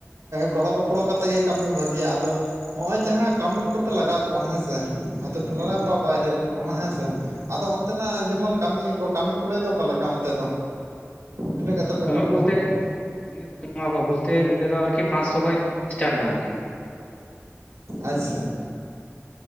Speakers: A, on the right; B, on the left.
A: ᱜᱚᱲᱚᱼ ᱜᱚᱯᱚᱲᱚ ᱠᱟᱛᱮᱫ ᱜᱮ, ᱠᱟᱹᱢᱤ ᱵᱷᱟᱹᱜᱮᱤᱭᱟ ᱾ ᱟᱫᱚ ᱱᱚᱜ-ᱚᱭ ᱡᱟᱦᱟᱸ ᱠᱟᱹᱢᱤᱱ ᱠᱚᱯᱮ ᱞᱟᱜᱟᱣ ᱠᱚᱣᱟ ᱦᱮᱸ ᱥᱮ ᱟᱫᱚ ᱴᱚᱞᱟ
B: ᱦᱮᱸ
A: ᱵᱟ ᱵᱟᱭᱨᱮ ᱨᱮᱱ ᱠᱚᱦᱚᱸ ᱦᱮᱸ ᱥᱮ, ᱟᱫᱚ ᱚᱱᱛᱮᱱᱟᱜ
B: ᱦᱮᱸ
A: ᱡᱮᱢᱚᱱ ᱠᱟᱹᱢᱤᱭᱟᱠᱚ ᱠᱟᱹᱢᱤ ᱠᱚ ᱠᱩᱲᱟᱹᱭ ᱫᱚ ᱚᱠᱟ ᱞᱮᱠᱟ ᱚᱱᱛᱮ ᱫᱚ? ᱛᱤᱱᱟᱹᱜ ᱠᱟᱛᱮ ᱯᱮ
B: ᱠᱟᱹᱢᱤ
A: ᱮᱢᱟ ᱠᱚᱣᱟ
B: ᱵᱚᱞᱛᱮ ᱤᱱᱟᱹᱜ ᱮᱢᱟᱣ ᱠᱚᱣᱟ ᱵᱚᱞᱛᱮ ᱱᱮᱛᱟᱨ ᱫᱚ ᱟᱨᱠᱤ ᱯᱟᱸᱪᱥᱚ ᱠᱷᱚᱱ ᱮᱥᱴᱟᱴ ᱮᱱᱟ ᱟᱨᱠᱤ᱾
A: ᱟᱪᱪᱷᱟ,